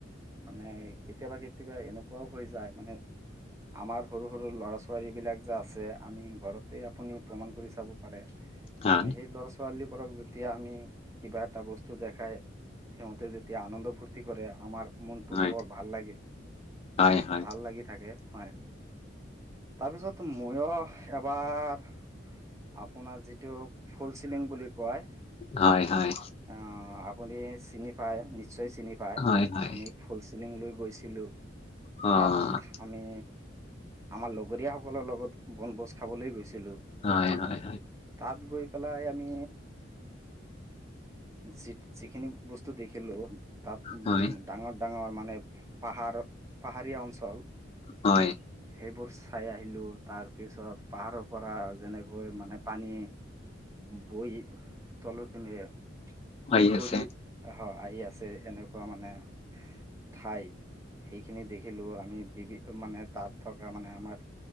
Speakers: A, on the right; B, on the left.
A: মানে কেতিয়াবা, কেতিয়াবা এনেকুৱাও হৈ যায় মানে আমাৰ সৰু, সৰু ল'ৰা ছোৱালী বিলাক যে আছে আমি ঘৰত আপুনি প্ৰমাণ কৰি চাব পাৰে
B: হয়,
A: মানে, সেই ল'ৰা ছোৱালী বোৰক যেতিয়া আমি কিবা এটা বস্তু দেখাই সিহঁতে যেতিয়া আনন্দ ফূৰ্তি কৰে, আমাৰ মনটো
B: হয়,
A: বৰ ভাল লাগে,
B: হয়, হয়,
A: ভাল লাগি থাকে হয়। তাৰপিছত ময়ো এবাৰ আপোনাৰ যিটো ফুল চিলিং বুলি কয়
B: হয়, হয়,
A: অ', আপুনি চিনি পায় নিশ্চয়। নিশ্চয় চিনি পাই,
B: হয়, হয়,
A: আমি ফুল চিলিং লৈ গৈছিলো।
B: অ',
A: তাত আমি আমাৰ লগৰীয়া সকলৰ লগত বনভোজ খাবলৈ গৈছো। লো,
B: হয়, হয়, হয়,
A: তাত গৈ পেলাই আমি যি যিখিনি বস্তু দেখিলো টাত, উম',
B: হয়,
A: ডাঙৰ ডাঙৰ মানে পাহাৰ পাহাৰীয়া অঞ্চল
B: হয়।
A: সেইবোৰ চাই আহিলোঁ, তাৰপিছত পাহাৰৰ পৰা যেনেকৈ মানে পানী বৈ তলতপোনেপিনে
B: আহি আছে,
A: গৰি আহি আছে। আছে এনেকুৱা মানে ঠাই সেইখিনি দেখিলো, আমি বিভিন্ন মানে তাত থকা মানে, আমাৰ